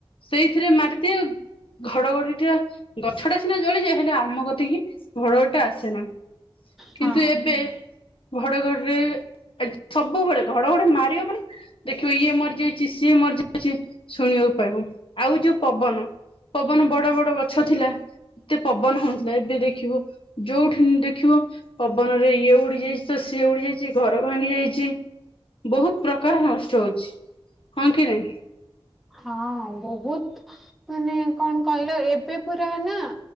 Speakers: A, on the left; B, in the centre.
A: ସେଇଥିରେ ମାରିଦିଏ । ଘଡଘଡି ଗଛ ଟା ସିନା ଜଳିଯାଏ ହେଲେ ଆମ କତିକି ଘଡଘଡିଟା ଆସେନା
B: ହଁ।
A: କିନ୍ତୁ ଏବେ ଘଡଘରରେ ସବୁବେଳେ ଘଡଘଡ ମାରିବ ମାନ ଦେଖିବ ଇଏ ମରିଯାଇଛି ସିଏ ମରିଯାଇଛି ଶୁଣିବ ଆଉ ଯୋଉ ପବନ ପବନ ବଡ ବଡ ଗଛ ଥିଲା ଏତେ ପବନ ହଉଥିଲା ଏବେ ଦେଖିବ ଯୋଉଠି ଦେଖିବ ପବନରେ ଇଏ ଉଡି ଯାଇ ସି ଉଡି ଯାଇଛି ଘର ଭାଙ୍ଗି ଯାଇଛି ବହୁତ ପ୍ରକାର ନଷ୍ଟ ହଉଛି ହଁ କିରେ
B: ହଁ ବହୁତ ମାନେ କଣ କହିଲ ଏବେ ପୁରା ନା